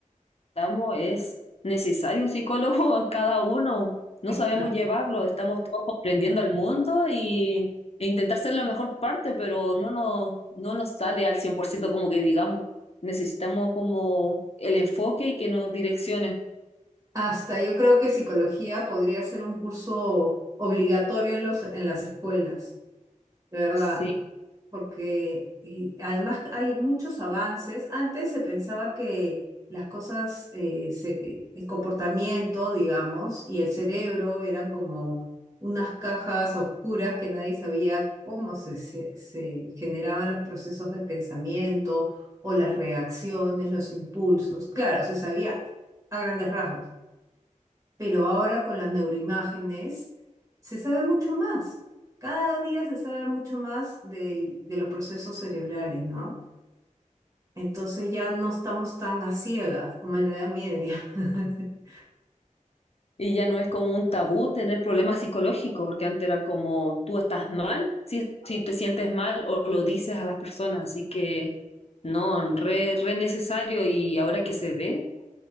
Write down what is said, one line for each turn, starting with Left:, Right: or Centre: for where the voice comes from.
Left: estamos, es necesario un psicólogo a cada uno. No
Right: Exacto.
Left: sabemos llevarlo, estamos todos comprendiendo al mundo y, e intentar ser la mejor parte, pero no nos, no nos sale al 100% como que digamos. Necesitamos como el enfoque y que nos direccione.
Right: Hasta yo creo que psicología podría ser un curso obligatorio en los, en las escuelas, de verdad.
Left: Sí.
Right: porque y además hay muchos avances. Antes se pensaba que las cosas, eh, se- eh, el comportamiento, digamos, y el cerebro eran como unas cajas oscuras que nadie sabía cómo se, se- se generaban los procesos de pensamiento o las reacciones, los impulsos. Claro, se sabía a grandes rasgos pero ahora con las neuroimágenes se sabe mucho más. Cada día se sabe mucho más del- de los procesos cerebrales, ¿no? Entonces ya no estamos tan a ciegas como en la Edad Media. <laughs>
Left: Y ya no es como un tabú tener problemas psicológicos, porque antes era como tú estás mal, si, si te sientes mal o lo dices a las personas, así que no, re, re necesario y ahora que se ve